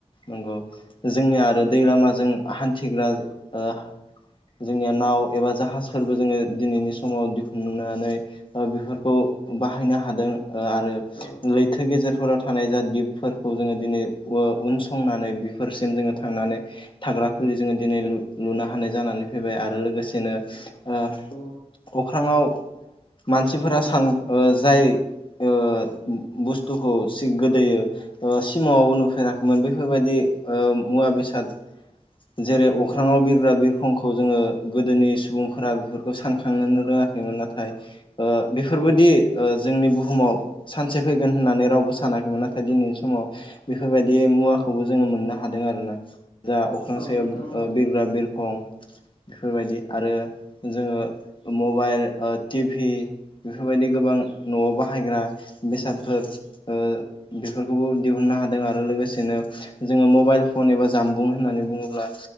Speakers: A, on the left (about 40°); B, on the left (about 70°).
A: नगौ जोंनिया आरो दै लामाजों हान्थिग्रा ओ जोंनिया नाव एबा जाहाज फोरबो जोङो दिनैनि समाव दिहुननानै ओ बेफोरखौ बाहायनो हादों ओ आरो
B: औ
A: लैथो गेजेर फोराव थानाय जा दिपफोरखौ जोङो दिनै उ उनसंनानै बेफोरसिम जोङो थांनानै था ग्रा खुलि जोङो दिनै लु-लुनो हानाय जानानै फैबाय आरो लोगोसेनो ओ
B: औ
A: अख्राङाव मानसिफोरा सां ओ जाय ओ बुस्थुखौ सि गोदोयो ओ सिमाङावबो नुफेराखैमोन बेफोरबायदि ओ मुवा बेसाद जेरै अख्राङाव बिरग्रा बिरखंखौ जोङो गोदोनि सुबुं फोरा बेफोरखौ सानखांनोनो रोङाखैमोन नाथाय ओ बेफोरबोदि
B: औ
A: ओ जोंनि बुहुमाव सानसे फैगोन होननानै रावबो सानाखैमोन नाथाय दिनैनि समाव बेफोरबायदि मुवाखौबो जोङो मोननो हादों आरोना जा अख्रां
B: औ
A: सायाव
B: नोंथां औ
A: ओ बिरग्रा बिरखं बेफोरबायदि आरो जोङो मबाइल ओ टिभि बेफोरबायदि गोबां न'आव बाहायग्रा बेसादफोर ओ बेफोरखौबो दिहुन नो हादों आरो लोगोसेनो जोङो मबाइल फन एबा जानबुं होननानै बुङोब्ला